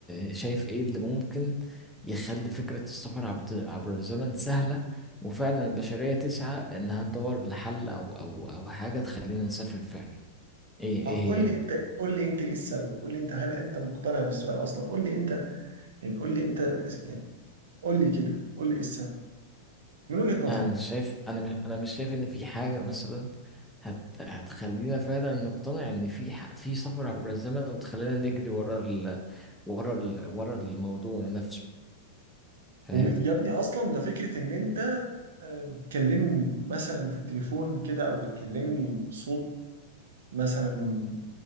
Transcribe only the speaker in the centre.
آه، شايف ايه اللي ممكن يخلي فكره السفر عبر عبر الزمن سهله وفعلا البشريه تسعى انها تدور لحل او او او حاجه تخلينا نسافر فعلا ايه ايه
هي
انا مش شايف انا مش انا مش شايف ان في حاجه مثلا هت هتخلينا فعلا نقتنع ان في ح... في سفر عبر الزمن وتخلينا نجري ورا ال... ورا ال... ورا الموضوع نفسه فاهم